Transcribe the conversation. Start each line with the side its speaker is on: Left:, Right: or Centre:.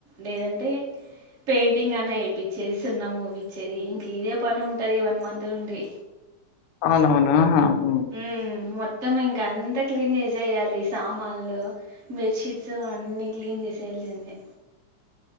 Right: లేదంటే పెయింటింగ్ అన్నా వేపిచేది సున్నం పోపిచ్చేది ఇంకా ఇదే పని ఉంటుంది వన్ మంత్ నుండి
Left: అవునవును ఆహా హ్మ్.
Right: ఉమ్ మొత్తం ఇంక అంతా క్లీన్ చేసేయాలి సామాన్లు బెడ్షీట్స్ అన్ని క్లీన్ చేసేయాల్సిందే